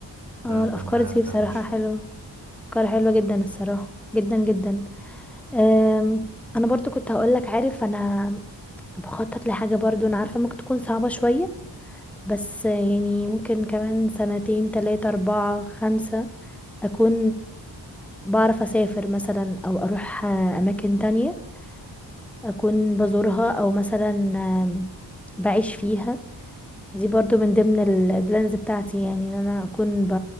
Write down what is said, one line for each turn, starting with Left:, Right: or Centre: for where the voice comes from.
Right: ده
Centre: اه
Right: لو
Centre: الافكار
Right: كنت انا
Centre: دي
Right: هفتح
Centre: بصراحة
Right: مشروع
Centre: حلوة افكار حلوة
Right: اه
Centre: جدا الصراحة جدا جدا آم، انا برضو كنت هقولك عارف انا بخطط لحاجة برضو انا عارفة ممكن تكون صعبة شوية بس يعني ممكن كمان سنتين تلاتة اربعة خمسة اكون بعرف اسافر مثلا او اروح آه، اماكن تانية اكون بزورها او مثلا آم، بعيش فيها دي برضو من ضمن البلانز بتاعتي يعني ان انا اكون ب...